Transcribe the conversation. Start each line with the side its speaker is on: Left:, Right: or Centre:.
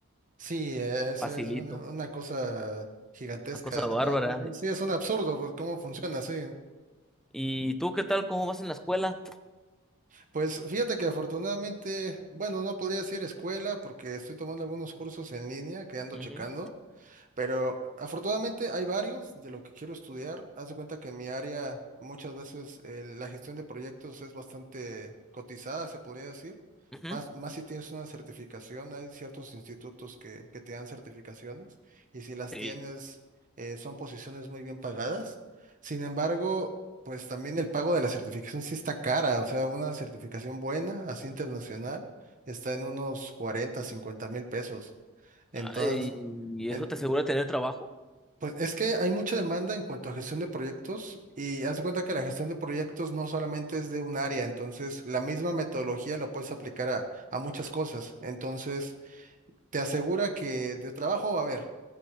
Right: Sí, e, eso
Centre: Facilito,
Right: es una, una cosa gigantesca,
Centre: una cosa
Right: ¿no?
Centre: bárbara.
Right: Eh, Sí, es un absurdo, pues, cómo funciona, sí.
Centre: ¿Y tú qué tal? ¿Cómo vas en la escuela?
Right: Pues fíjate que afortunadamente, bueno, no podría decir escuela porque estoy tomando algunos cursos en línea que ando
Centre: Ujú,
Right: checando. Pero afortunadamente hay varios de lo que quiero estudiar. Haz de cuenta que en mi área muchas veces eh, la gestión de proyectos es bastante cotizada, se podría decir.
Centre: ujú.
Right: Más, más si tienes una certificación, hay ciertos institutos que, que te dan certificaciones y si las
Centre: Sí.
Right: tienes eh, son posiciones muy bien pagadas. Sin embargo, pues también el pago de la certificación sí está cara, o sea, una certificación buena, así internacional, está en unos cuarenta cincuenta mil pesos. Entonces...
Centre: Ay, ¿Y
Right: En-
Centre: eso te asegura tener trabajo?
Right: pues es que hay mucha demanda en cuanto a gestión de proyectos y haz de cuenta que la gestión de proyectos no solamente es de un área, entonces la misma metodología la puedes aplicar a, a muchas cosas. Entonces te asegura que de trabajo va a haber.